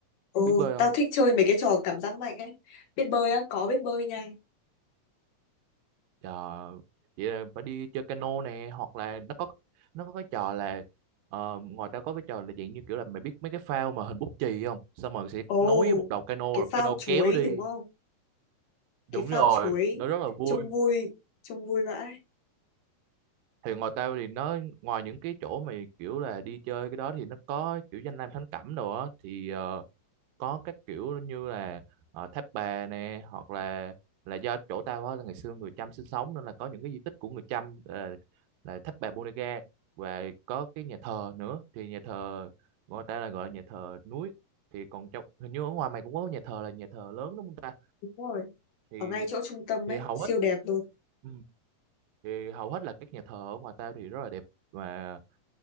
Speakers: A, on the left (about 65°); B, on the right (about 80°).
A: Ồ,
B: biết bơi không
A: tao thích chơi mấy cái trò cảm giác mạnh ấy. Biết bơi á, có biết bơi nha.
B: Trời, vậy là phải đi chơi cano nè hoặc là nó có nó có cái trò là ờ, ngoài ra có cái trò là dạng như kiểu là mày biết mấy cái phao mà hình bút chì không xong rồi sẽ
A: Ồ,
B: nối với một đầu cano
A: cái
B: rồi
A: phao
B: cano
A: chuối
B: kéo đi
A: đúng không?
B: đúng
A: Cái phao
B: rồi
A: chuối
B: nó rất là vui
A: trông vui, trông vui vãi.
B: thì ngoài tao thì nó ngoài những cái chỗ mà kiểu là đi chơi cái đó thì nó có kiểu danh lam thắng cảnh đồ á thì ờ, có các kiểu như là ờ, Tháp Bà nè hoặc là là do chỗ tao á là ngày xưa người Chăm sinh sống nên là có những cái di tích của người Chăm là, là Tháp Bà Bodega và có cái nhà thờ nữa thì nhà thờ người ta là gọi là nhà thờ núi thì còn trong hình như ở ngoài mày cũng có nhà thờ là nhà thờ lớn đúng không ta
A: Đúng rồi.
B: thì
A: Ở ngay chỗ trung tâm
B: thì
A: ấy,
B: hầu
A: siêu
B: hết
A: đẹp luôn.
B: ừ, thì hầu hết là các nhà thờ ở ngoài tao thì rất là đẹp và